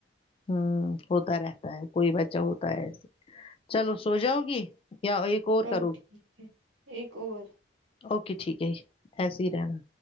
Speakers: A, on the left (about 30°); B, on the right (about 85°).
A: ہوں ہوتا رہتا ہے کوئی بچہ ہوتا ہے ایسے چلو سو جاؤ گی یا ایک اور
B: چلو
A: کرو
B: ٹھیک
A: گی
B: ہے ایک اور
A: اوکے ٹھیک ہے جی ایسے ہی رہنا